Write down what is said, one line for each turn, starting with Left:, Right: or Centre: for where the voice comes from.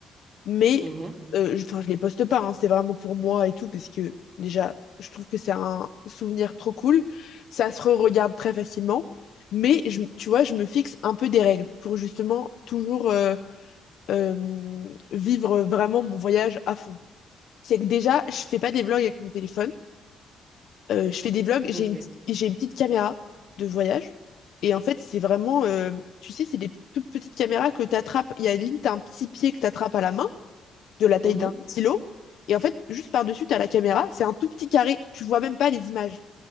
Left: Mais
Right: Mhm.
Left: euh, je, enfin, je les poste pas, hein, c'est vraiment pour moi et tout, parce que déjà, je trouve que c'est un souvenir trop cool. Ça se re-regarde très facilement. Mais je, tu vois, je me fixe un peu des règles pour justement toujours euh, euh, vivre vraiment mon voyage à fond. C'est que déjà, je fais pas des vlogs avec mon téléphone. Euh, je fais des vlogs, j'ai
Right: Ok.
Left: une petite, j'ai une petite caméra de voyage. Et en fait, c'est vraiment, euh, tu sais, c'est des toutes petites caméras que tu attrapes. Il y a limite un petit pied que tu attrapes à la main de la taille
Right: Mhm.
Left: d'un stylo. Et en fait, juste par-dessus, t'as la caméra, c'est un tout petit carré. Tu vois même pas les images.